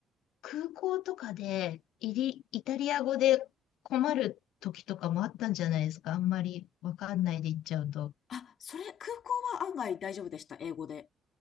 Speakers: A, on the left; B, on the left.
A: 空港とかでイリ、イタリア語で困る時とかもあったんじゃないですか。あんまりわかんないで行っちゃうと。
B: あ、それ、空港は案外大丈夫でした、英語で。